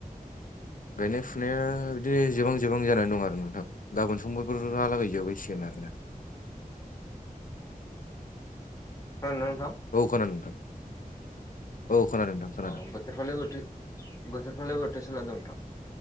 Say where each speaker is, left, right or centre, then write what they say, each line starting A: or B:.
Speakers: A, on the left; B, on the left.
A: गायनाय फुनाया बिदिनो जोबां जोबां जानानै दं आरो नोंथां। गाबोन समफोरफोरहालागै जोबहैसिगोन आरो ना।
B: खोनादोंना नोंथां?
A: औ खोनादों नोंथां औ खोनादों नोंथां खोनादों।
B: अ बोथोरफ्रालाय बोथोर बोथोरफ्रालाय बोथोर सोलानै नोथां?